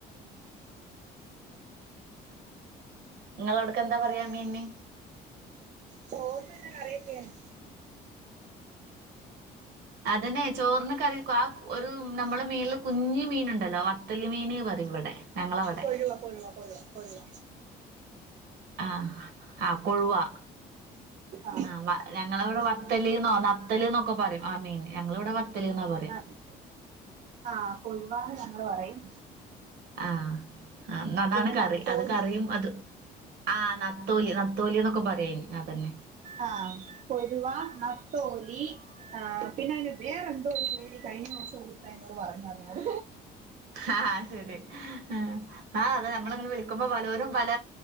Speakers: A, on the right; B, on the right.
A: നിങ്ങളവിടക്കെന്താ പറയാ മീന്
B: ചോറിന് പിന്നെ അറിയൊക്കെയാണ്
A: അതന്നെ ചോറിന് കറിവെക്കും, ആ ഒരു നമ്മൾ മീനില് കുഞ്ഞ്മീൻ ഇണ്ടല്ലോ വത്തല്മീന് പറയും ഇവടെ ഞങ്ങളാവ്ടെ
B: കൊഴുവാ കൊഴുവ കൊഴുവ കൊഴുവ
A: ആ ഹ് ആഹ് കൊഴുവാ
B: ആഹ്
A: ആ ഞങ്ങളവ്ടെ വത്തല്ന്നോ നത്തലിന്നൊക്കെ പറയും ആ മീൻ ഞങ്ങളിവിടെ വത്തല്ന്നാ പറയാ
B: ആഹ്
A: <inaudible>
B: ആഹ് കൊഴുവാന്ന് ഞങ്ങള് പറയും
A: ആ ഇന്നതാണ്
B: പിന്നെ
A: കറി,
B: നത്തോലി
A: അത് കറിയും അത് ആഹ് നത്തോലി നത്തോലിന്നൊക്കെ പറയു അയ്ന്
B: ആ കൊഴുവ, നത്തോലി ആഹ് പിന്നെ അതിന് വേറെന്തോ ഒരു പേര് കഴിഞ്ഞ ദിവസം ഒര് ഇത്ത അതിനോട് പറഞ്ഞു തന്നാത്
A: ആഹ് ശെരി ആ ആഹ അതെ നമ്മളഞമ്മള് ഇങ്ങനെ വിളിക്കുമ്പോ പലരും പല